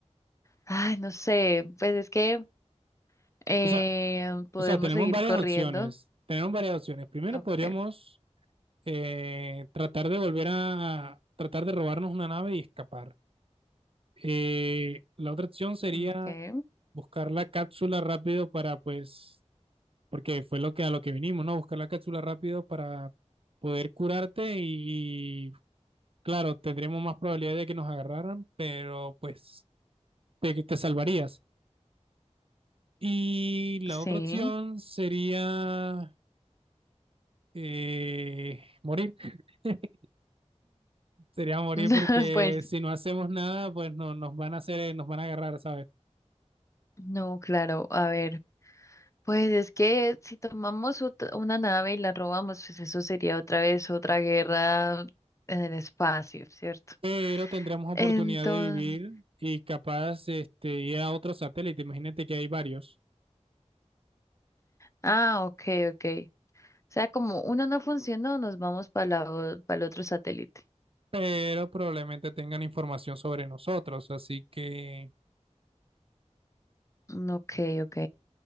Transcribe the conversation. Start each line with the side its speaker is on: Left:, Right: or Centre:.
Left: ay, no sé, pues es que eh,
Right: O sea,
Left: podemos
Right: o sea, tenemos
Left: seguir
Right: varias
Left: corriendo.
Right: opciones. Tenemos varias opciones. Primero
Left: Ok,
Right: podríamos eh, tratar de volver a, tratar de robarnos una nave y escapar. Eh, la otra opción sería
Left: ok,
Right: buscar la cápsula rápido para pues porque fue lo que a lo que vinimos, ¿no? Buscar la cápsula rápido para poder curarte y, claro, tendremos más probabilidad de que nos agarraran, pero pues te, te salvarías. Y la
Left: sí.
Right: otra opción sería eh, morir. <laughs> sería morir
Left: <laughs>
Right: porque
Left: Pues
Right: si no hacemos nada, pues no, nos van a hacer, eh, nos van a agarrar, ¿sabes?
Left: no, claro, a ver. Pues es que si tomamos ot- una nave y la robamos, pues eso sería otra vez otra guerra en el espacio, ¿cierto?
Right: Pero tendremos oportunidad
Left: Entonces...
Right: de vivir y capaz este, ir a otro satélite. Imagínate que hay varios
Left: Ah, ok, ok. O sea, como uno no funcionó, nos vamos para el otro satélite.
Right: pero probablemente tengan información sobre nosotros, así que
Left: Mm, Ok, ok.